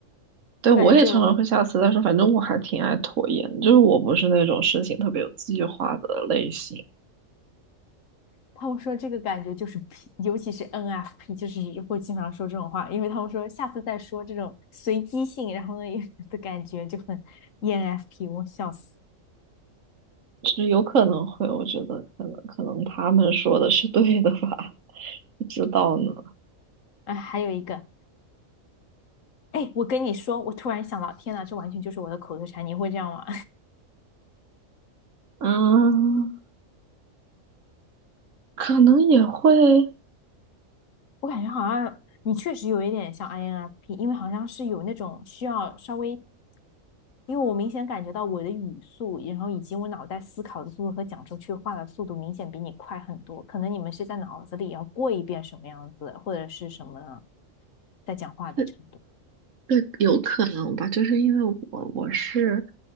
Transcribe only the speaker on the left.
我感觉这种
他们说这个感觉就是 P，尤其是 NFP，就是会经常说这种话，因为他们说下次再说这种随机性，然后呢 <laughs> 的感觉就很 ENFP，我笑死。
哎，还有一个，哎，我跟你说，我突然想到，天哪，这完全就是我的口头禅，你会这样吗？
我感觉好像你确实有一点像 INFP，因为好像是有那种需要稍微，因为我明显感觉到我的语速，然后以及我脑袋思考的速度和讲出去话的速度明显比你快很多。可能你们是在脑子里要过一遍什么样子，或者是什么在讲话的程度。